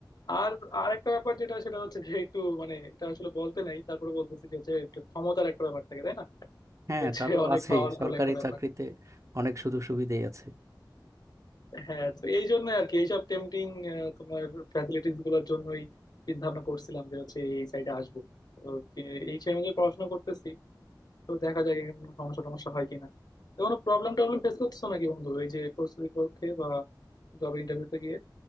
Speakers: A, on the left; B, on the right.
A: আর আর একটা ব্যাপার যেটা সেটা হচ্ছে যে একটু মানে এটা আসলে বলতে নাই তারপরে বলতেছি যে হচ্ছে একটু ক্ষমতার একটা ব্যাপার থাকে তাই না
B: হ্যাঁ
A: যে হচ্ছে
B: তা তো
A: অনেক
B: আছেই
A: হ্যাঁ পাওয়ারফুল
B: সরকারি
A: ক্ষমতার একটা রাজনীতি ব্যাপার
B: চাকরিতে অনেক সুযোগ সুবিধাই আছে
A: হ্যাঁ তো এই জন্য আর কি এইসব টেম্পটিং তোমার ফ্যাসিলিটিস গুলোর জন্যই চিন্তা ভাবনা করছিলাম যে হচ্ছে এই সাইডে আসবো তো যে- এই সময় পড়াশোনা করতেছি তো দেখা যাক এখানে কোনো সমস্যা টমস্যা হয় কিনা তো কোনো প্রবলেম টবলেম ফেস করতেছো নাকি বন্ধু এই যে প্রস্তুতির পক্ষে বা জব ইন্টারভিউতে গিয়ে